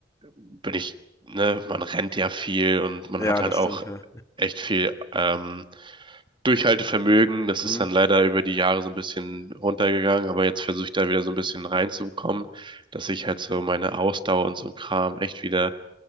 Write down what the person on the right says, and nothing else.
bin ich, ne, man rennt ja viel und man
hat halt
auch
echt viel ähm, Durchhaltevermögen. Das
ist dann leider über die Jahre so ein bisschen runtergegangen, aber jetzt versuche ich da wieder so ein bisschen reinzubekommen, dass ich halt so meine Ausdauer und so ein Kram echt wieder